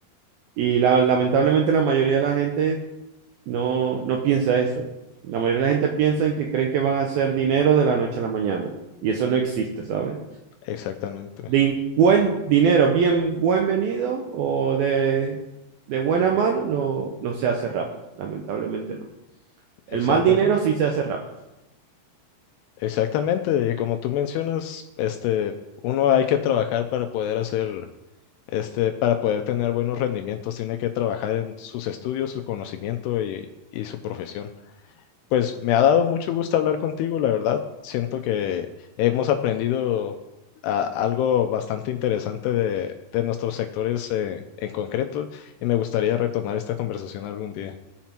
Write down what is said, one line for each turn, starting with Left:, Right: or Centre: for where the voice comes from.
Right: y la- lamentablemente la mayoría de la gente no, no piensa eso. La mayoría de la gente piensa en que creen que van a hacer dinero de la noche a la mañana. Y eso no existe, ¿sabes?
Left: Exactamente,
Right: de buen dinero, bien buen venido o de, de buena mano, no, no se hace rápido, lamentablemente no. El
Left: exactamente,
Right: mal dinero sí se hace rápido.
Left: exactamente. Y como tú mencionas, este, uno hay que trabajar para poder hacer Este, para poder tener buenos rendimientos, tiene que trabajar en sus estudios, su conocimiento y, y su profesión. Pues me ha dado mucho gusto hablar contigo, la verdad. Siento que hemos aprendido a- algo bastante interesante de, de nuestros sectores eh, en concreto y me gustaría retomar esta conversación algún día.